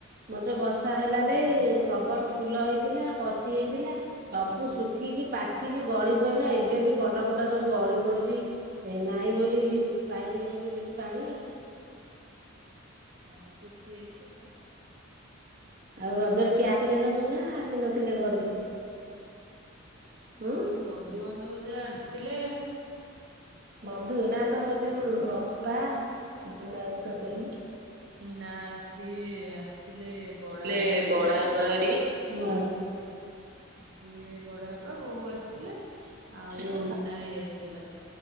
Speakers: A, on the right; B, on the right.
A: ମୋଟେ ବର୍ଷା ହେଲ
B: ହଁ।
A: ନାଇଁ ପ୍ରବଳ ଫୁଲ ହେଇଥିଲା, କଷି ହେଇଥିଲା। ସବୁ ଶୁଖିକି, ପାଚିକି ଗଳି ପଇଲା, ଏବେ ବି ବଡ ବଡ ସବୁ ଗଳି ପଡୁଛି। ଏ ନାଇଁ ବୋଲି ପାଇନେଇ ବୋଲି ବେଶୀ ପାଣି ଆଉ।
B: ହଁ ଶୁଖି ଆଇଛି।
A: ଆଉ ରଜରେ କିଏ ଆସିଲେ ସବୁ ନା ଆସି ନଥିଲେ ଘରକୁ, ହୁଁ।
B: ବନ୍ଧୁବାନ୍ଧବ ଯା ଆସିଥିଲେ।
A: ବନ୍ଧୁ ନା ତମର ଯୋଉ ଅପା ନା ତୋ ଦେଇ।
B: ନା ସିଏ ଆସିଥିଲେ ବଡବାପା
A: ଲେ
B: ହେରିକା
A: ବଡବାପା ହେରୀକା, ହଁ।
B: ସିଏ ବଡ ବାପା, ବୋଉ ଆସିଥିଲେ, ଆଉ
A: ହଁ
B: ମୁନା ଭାଇ ଆସିଥିଲା।